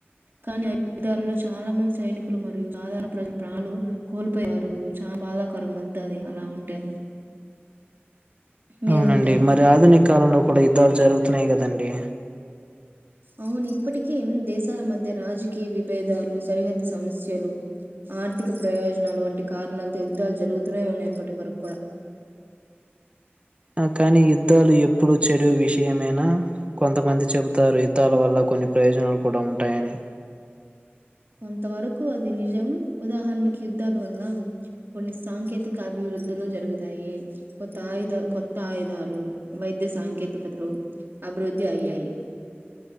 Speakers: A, on the right; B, on the right.
A: కానీ ఆ యుద్ధాలలో చాలా మంది సైనికులు మరియు సాధారణ ప్రజలు ప్రాణాలు కోల్పోయారు. చాన బాధాకరం వద్ద, అది అలా ఉంటే. మీరేమంటారు?
B: అవునండి. మరి ఆధునిక్ కాలంలో కూడా యుద్ధాలు జరుగుతున్నాయి కదండి.
A: అవును, ఇప్పటికీ ఎన్ని దేశాల మధ్య రాజకీయ విభేదాలు, సరిహద్దు సమస్యలు, ఆర్థిక ప్రయోజనాలు వంటి కారణాలతో, యుద్ధాలు జరుగుతూనే ఉన్నాయి ఇప్పటి వరక్ కూడా.
B: ఆ కానీ యుద్ధాలు ఎప్పుడు చెడు విషయమైనా, కొంతమంది చెబుతారు. యుద్ధాల వల్ల కొన్ని ప్రయోజనాలు కూడా ఉంటాయని.
A: కొంత వరకు అది నిజం. ఉదాహరణకి యుద్ధాల వల్ల కొన్ని సాంకేతిక అభివృద్ వృద్ధులు జరుగుతాయి. కొత్త ఆయుధ, కొత్త ఆయుధాలు, వైద్య సాంకేతికతలు, అభివృద్ధి అయ్యాయి.